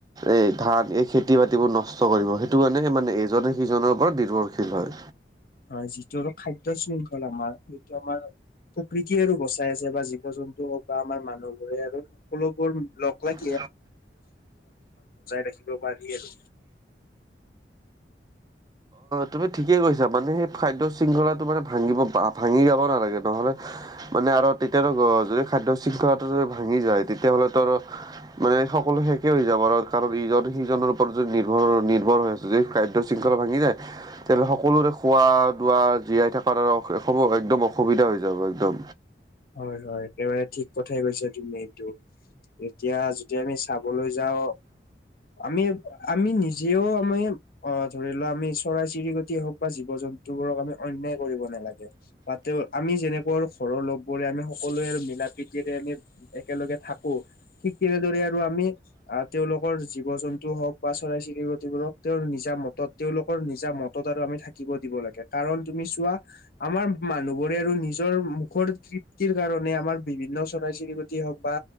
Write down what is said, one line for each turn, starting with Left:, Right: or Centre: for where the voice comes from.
Right: এই ধান এই খেতি - বাতিবোৰ নষ্ট কৰিব সেইটো কাৰণে সেই মানে এজনে সিজনৰ ওপৰত নিৰ্ভৰশীল হয়।
Left: হয়, যিটো অলপ খাদ্য শৃংখল আমাৰ সেইটো আমাৰ প্ৰকৃতিয়ে আৰু বচাই আছে বা জীৱ - জন্তু হওক বা আমাৰ মানুহবোৰে আৰু সকলোবোৰ লগ লাগ
Right: <inaudible> <unintelligible> অ'
Left: ৰাখিব পাৰি আৰু
Right: তুমি ঠিকেই কৈছা মানে সেই খাদ্য শৃংখলাটো মানে ভাঙিব ভাঙি যাব নালাগে নহলে মানে আৰু তেতিয়া যদি খাদ্য শৃংখলাটো যদি ভাঙি যায় তেতিয়া হলেতোৰ মানে সকলো শেষে হৈ যাব আৰু কাৰণ ইজন সিজনৰ ওপৰত যদি নিৰ্ভৰ নিৰ্ভৰ হৈ আছে যদি খাদ্য শৃংখলা ভাঙি যায় তেতিয়াহলে সকলোৰে খোৱা লোৱা জীয়াই থকাত আৰু একদম অসুবিধা হৈ যাব একদম
Left: হয় হয় একেবাৰে ঠিক কথা কৈছা তুমি এইটো এ এতিয়া যদি আমি চাবলৈ যাওঁ আমি আমি নিজেও আমি অ ধৰি লোৱা আমি চৰাই চিৰিকটি হওক বা জীৱ জন্তুবোৰক আমি অন্যায় কৰিব নালাগে বা তেওঁ আমি যেনেকুৱা আৰু ঘৰৰ লোক আমি সকলোৱে আৰু মিলা প্ৰীতিৰে আমি একেলগে থাকো ঠিক তেনেদৰে তাতে আৰু আমি তেওঁলোকৰ জীৱ জন্তু হওক বা চৰাই চিৰিকটি তেওঁ নিজা মতত তেওঁলোক কৰ নিজা মতত আৰু আমি থাকিব দিব লাগে কাৰণ তুমি চোৱা আমাৰ মানুহবোৰে আৰু নিজৰ মুখৰ তৃপ্তিৰ কাৰণে আমাৰ বিভিন্ন চৰাই চিৰিকটি হওক বা